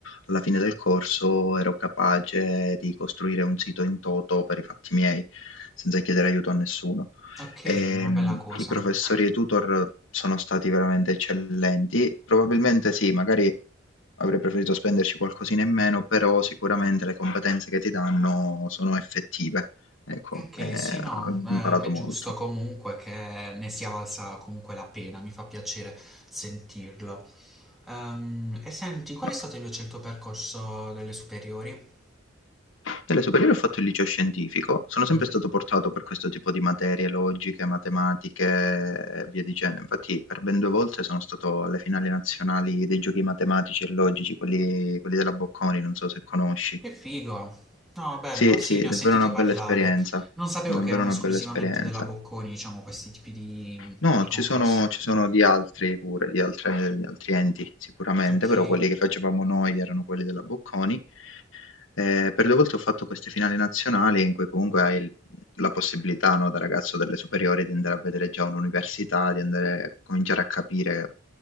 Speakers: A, on the left; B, in the centre.
A: alla fine del corso ero capace di costruire un sito in toto per i fatti miei, senza chiedere aiuto a nessuno.
B: Ok,
A: Ehm,
B: una bella cosa.
A: i professori e i tutor sono stati veramente eccellenti. Probabilmente sì, magari avrei preferito spenderci qualcosina in meno, però sicuramente le competenze che ti danno sono effettive. Ecco,
B: Ok,
A: ehm,
B: sì, no,
A: ho
B: eh,
A: imparato
B: è
A: molto.
B: giusto comunque che ne sia valsa comunque la pena, mi fa piacere sentirlo. Ehm, e senti, qual
A: No.
B: è stato invece il tuo percorso delle superiori?
A: Alle superiori ho fatto il liceo scientifico, sono sempre
B: Mhm.
A: stato portato per questo tipo di materie logiche, matematiche e via dicendo. Infatti per ben 2 volte sono stato alle finali nazionali dei giochi matematici e logici, quelli quelli della Bocconi, non so se conosci.
B: Che figo! No, bello,
A: Sì,
B: sì,
A: sì,
B: ne
A: davvero
B: ho sentito
A: una bella
B: parlare.
A: esperienza,
B: Non sapevo
A: davvero
B: che erano
A: una
B: esclusivamente
A: bella esperienza.
B: della Bocconi, diciamo, questi tipi di,
A: No,
B: di concorsi.
A: ci sono ci sono di altri pure, di altre di altri enti sicuramente,
B: Ok.
A: però quelli che facevamo noi erano quelli della Bocconi. Ehm, per 2 volte ho fatto queste finali nazionali in cui comunque hai il la possibilità, no, da ragazzo delle superiori di andare a vedere già un'università, di andare cominciare a capire